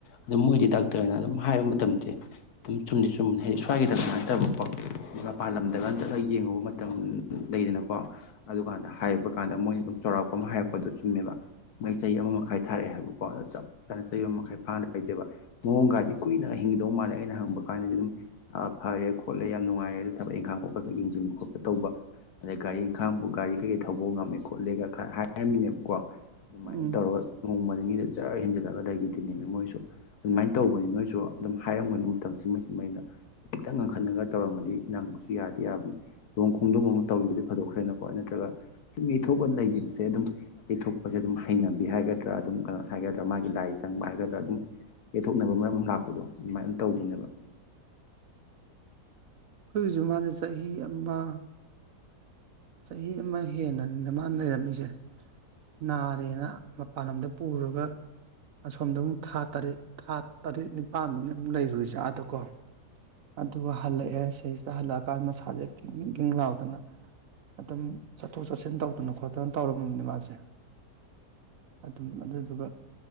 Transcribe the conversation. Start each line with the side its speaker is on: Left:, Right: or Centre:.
Left: ꯑꯗꯨ ꯃꯣꯏꯗꯤ ꯗꯥꯛꯇꯔꯅ ꯑꯗꯨꯝ ꯍꯥꯏꯕ ꯃꯇꯝꯁꯦ ꯑꯗꯨꯝ ꯆꯨꯝꯗꯤ ꯆꯨꯝ ꯍꯥꯏꯗꯤ ꯁ꯭ꯋꯥꯏꯒꯤ ꯗꯥꯛꯇꯔ ꯅꯠꯇꯕ ꯀꫭ ꯃꯄꯥꯟ ꯂꯝꯗꯒ ꯆꯠꯂꯒ ꯌꯦꯡꯉꯨꯕ ꯃꯇꯝ ꯂꯩꯗꯅꯀꯣ ꯑꯗꯨꯀꯥꯟꯗ ꯍꯥꯏꯕ ꯀꯥꯟꯗ ꯃꯣꯏꯅ ꯑꯗꯨꯝ ꯆꯥꯎꯔꯥꯛꯄ ꯑꯃ ꯍꯥꯏꯔꯛꯄꯗꯣ ꯆꯨꯝꯃꯦꯕ ꯃꯣꯏ ꯆꯍꯤ ꯑꯃ ꯃꯈꯥꯏ ꯊꯥꯔꯛꯑꯦ ꯍꯥꯏꯕꯀꯣ ꯑꯗꯥ ꯆꯞ ꯆꯥꯅ ꯆꯍꯤ ꯑꯃ ꯃꯈꯥꯏ ꯐꯥꯅ ꯂꯩꯇꯦꯕ ꯃꯑꯣꯡꯒꯗꯤ ꯀꯨꯏꯅ ꯍꯤꯡꯒꯤꯗꯧ ꯃꯥꯜꯂꯦ ꯑꯩꯅ ꯍꯪꯕ ꯀꯥꯟꯗꯗꯤ ꯑꯗꯨꯝ ꯑꯥ ꯐꯔꯦ ꯈꯣꯠꯂꯦ ꯌꯥꯝ ꯅꯨꯡꯉꯥꯏꯔꯦ ꯑꯗꯨ ꯊꯕꯛ ꯏꯪꯈꯥꯡ ꯈꯣꯛꯄꯈꯛ ꯌꯦꯡꯁꯤꯟꯕ ꯈꯣꯠꯄ ꯇꯧꯕ ꯑꯗꯩ ꯒꯥꯔꯤ ꯏꯪꯈꯥꯡꯕꯨ ꯒꯥꯔꯤ ꯀꯩꯀꯩ ꯊꯧꯕ ꯉꯝꯃꯦ ꯈꯣꯠꯂꯦꯒ ꯈꯔ ꯍꯥꯏꯔꯝꯃꯤꯅꯦꯕꯀꯣ ꯗꯨꯃꯥꯏꯅ
Right: ꯎꯝ
Left: ꯑꯗꯨ ꯇꯧꯔꯒ ꯅꯣꯡꯃ ꯅꯤꯅꯤꯗ ꯖꯔ ꯍꯦꯟꯖꯜꯂꯛꯑꯒ ꯂꯩꯈꯔꯤꯗꯔꯤꯅꯦꯃꯦ ꯃꯣꯏꯁꯨ ꯑꯗꯨꯃꯥꯏꯅ ꯇꯧꯕꯅꯤ ꯅꯣꯏꯁꯨ ꯑꯗꯨꯝ ꯍꯥꯏꯔꯝꯒꯅꯤ ꯃꯇꯝꯁꯤ ꯃꯁꯤꯃꯩꯅ ꯈꯤꯇꯪ ꯉꯪ ꯈꯠꯅꯒ ꯇꯧꯔꯝꯃꯗꯤ ꯅꯪꯕꯁꯨ ꯌꯥꯗꯤ ꯌꯥꯕꯅꯤ ꯂꯨꯍꫭꯡ ꯈꯣꯡꯗꯣꯝꯕ ꯑꯃ ꯇꯧꯈꯤꯕꯁꯦ ꯐꯗꯣꯛꯈ꯭ꯔꯦꯅꯀꯣ ꯅꯠꯇ꯭ꯔꯒ ꯁꯨꯝ ꯌꯩꯊꯣꯛꯑꯒ ꯂꯩꯈꯤꯕꯁꯦ ꯑꯗꯨꯝ ꯌꯩꯊꯣꯛꯄꯁꯦ ꯑꯗꯨꯝ ꯍꯩꯅꯕꯤ ꯍꯥꯏꯒꯗ꯭ꯔꯥ ꯑꯗꯨꯝ ꯀꯩꯅꯣ ꯍꯥꯏꯒꯗ꯭ꯔꯥ ꯃꯥꯒꯤ ꯂꯥꯏ ꯆꯪꯕ ꯍꯥꯏꯒꯗ꯭ꯔꯥ ꯑꯗꯨꯝ ꯌꯦꯠꯊꯣꯛꯅꯕ ꯃꯔꯝ ꯂꯥꯛꯄꯗꯣ ꯑꯗꯨꯃꯥꯏꯅ ꯇꯧꯕꯅꯦꯕ
Right: ꯑꯩꯈꯣꯏꯁꯨ ꯃꯥꯁ ꯆꯍꯤ ꯑꯃ ꯆꯍꯤ ꯑꯃ ꯍꯦꯟꯅꯅꯤꯅ ꯃꯥꯅ ꯂꯩꯔꯝꯃꯤꯁꯦ ꯅꯥꯔꯦꯅ ꯃꯄꯥꯟ ꯂꯝꯗ ꯄꯨꯔꯒ ꯑꯁꯣꯝꯗ ꯑꯃꯨꯛ ꯊꯥ ꯇꯔꯦꯠ ꯊꯥ ꯇꯔꯦꯠ ꯅꯤꯄꯥꯜꯃꯨꯛꯅꯤ ꯑꯃꯨꯛ ꯂꯩꯔꯨꯁꯦ ꯑꯥꯗꯀꯣ ꯑꯗꯨꯒ ꯍꯜꯂꯛꯑꯦ ꯁꯤꯁꯤꯗ ꯍꯜꯂꯛꯑꯀꯥꯟꯗ ꯃꯁꯥꯁꯦ ꯈꯤꯟ ꯈꯤꯟ ꯈꯤꯟ ꯂꯥꯎꯗꯅ ꯑꯗꯨꯝ ꯆꯠꯊꯣꯛ ꯆꯠꯁꯤꯟ ꯇꯧꯗꯅ ꯈꯣꯠꯇꯅ ꯇꯧꯔꯝꯃꯕꯅꯦ ꯃꯥꯁꯦ ꯑꯗꯨꯝ ꯑꯗꯨꯗꯨꯒ